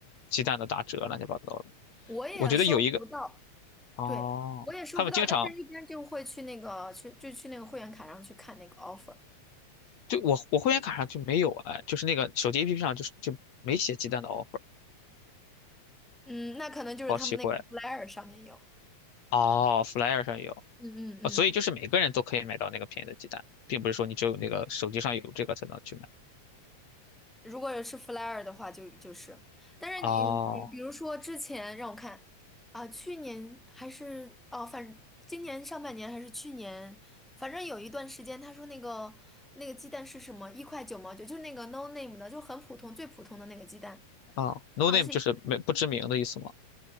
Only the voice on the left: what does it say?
鸡蛋的打折，乱七八糟的。
我觉得有一个哦，
他们经常
就我我会员卡上就没有哎，就是那个手机 APP 上就是就没写鸡蛋的 offer，
好奇怪。
哦，Flyer 上有
啊，所以就是每个人都可以买到那个便宜的鸡蛋，并不是说你只有那个手机上有这个才能去买。
哦，
啊，No
name 就是没不知名的意思吗？